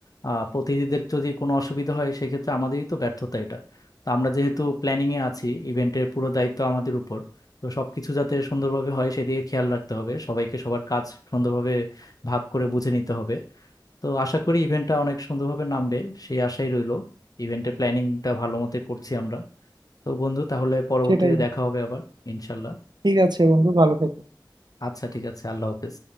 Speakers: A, on the left (about 50°); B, on the right (about 65°).
A: আহ, প্রতিনিধিদের যদি কোনো অসুবিধা হয় সেক্ষেত্রে আমাদেরই তো ব্যর্থতা এটা তো আমরা যেহেতু প্ল্যানিং এ আছি ইভেন্টের পুরো দায়িত্ব আমাদের উপর তো সবকিছু যাতে সুন্দরভাবে হয় সেদিকে খেয়াল রাখতে হবে সবাইকে সবার কাজ সুন্দরভাবে ভাগ করে বুঝে নিতে হবে তো আশা করি ইভেন্টটা অনেক সুন্দরভাবে নামবে সেই আশাই রইলো ইভেন্টের প্ল্যানিংটা ভালো মতো করছি আমরা তো বন্ধু তাহলে পরবর্তীতে
B: সেটাই বন্ধু
A: দেখা হবে আবার ইনশাল্লাহ
B: ঠিক আছে বন্ধু ভালো থেকো
A: আচ্ছা ঠিক আছে আল্লাহ হাফেজ